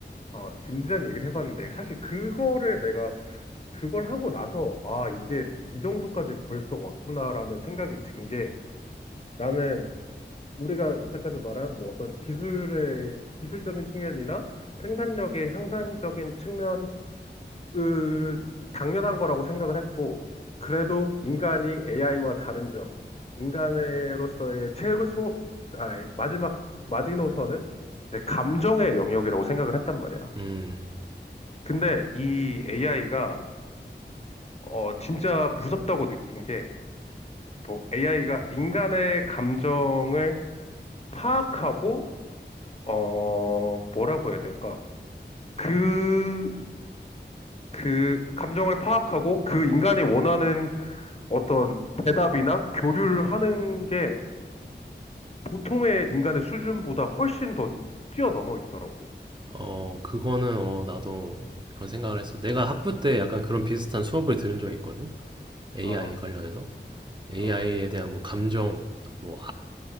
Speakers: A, on the left; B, on the right.
A: 어, 진지한 얘기를 해봤는데, 사실 그거를 내가, 그걸 하고 나서, 아, 이게 이 정도까지 벌써 왔구나라는 생각이 든 게, 나는 우리가 여태까지 말한 뭐 어떤 기술의, 기술적인 측면이나 생산력의 향상적인 측면 그, 당연한 거라고 생각을 했고, 그래도 인간이 AI와 다른 점, 인간으로서의 최소, 아니, 마지막, 마지노선은 이제 감정의 영역이라고 생각을 했단 말이야.
B: 음,
A: 근데 이 AI가, 어, 진짜 무섭다고 느낀 게, 뭐, AI가 인간의 감정을 파악하고, 어, 뭐라고 해야 될까? 그, 그, 감정을 파악하고 그 인간이 원하는 어떤 대답이나 교류를 하는 게 보통의 인간의 수준보다 훨씬 더 뛰어넘어 있더라고.
B: 어, 그거는 어 나도 그런 생각을 했어. 내가 학부 때 약간 그런 비슷한 수업을 들은 적이 있거든. AI에
A: 아,
B: 관련해서 AI에
A: 아, 아.
B: 대한 뭐 감정, 뭐